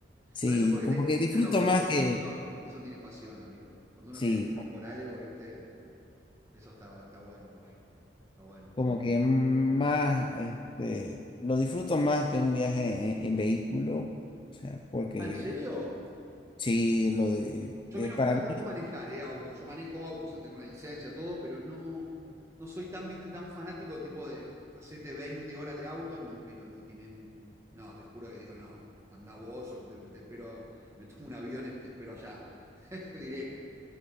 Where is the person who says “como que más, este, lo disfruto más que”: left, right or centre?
Left